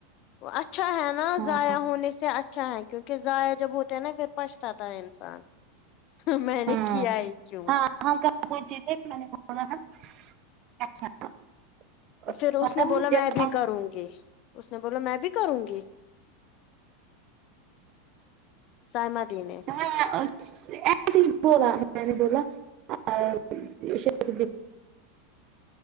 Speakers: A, on the left; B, on the right.
A: اچھا ہے نا
B: ہاں
A: ضیاء ہونے سے اچھا ہے کیونکہ ضیاء جب ہوتے ہیں نا پھر پچتا ہے انسان ہ میں نے
B: ہاں
A: کیا ہے کیوں
B: ہاں <inaudible>
A: پھر
B: پتہ
A: اس نے
B: ہے
A: بولا
B: جب
A: میں بھی
B: ہم
A: کروں گی اس نے بولا میں بھی کروں گی سائمہ دی نے
B: <inaudible> <inaudible> میں